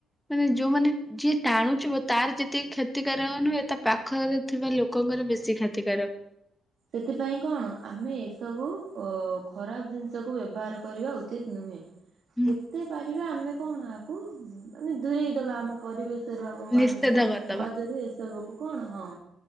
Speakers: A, in the centre; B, on the right.
A: ମାନେ ଯୋଉମାନେ ଯିଏ ଟାଣୁଥିବ ତାର ଯେତିକି କ୍ଷତିକାରକ ନୁହେଁ ତା ପାଖରେ ଥିବା ଲୋକଙ୍କର ବେଶୀ କ୍ଷତିକାରକ।
B: ସେଥିପାଇଁ କଣ ଆମେ ଏସବୁ ଅ ଖରାପ ଜିନିଷକୁ ବ୍ୟବହାର କରିବା ଉଚିତ ନୁହେଁ।
A: ହୁଁ
B: ଯେତେ ପାରିବା ଆମେ କଣ ଆକୁ ମାନେ ଦୂରେଇ ଦବା ଆମ ପରିବେଶ ବେଶରୁ ଆମ
A: ନିଷେଧ
B: ଆମ
A: କରିଦବା।
B: ସମାଜରୁ ଏସବୁ କୁ କଣ ହଁ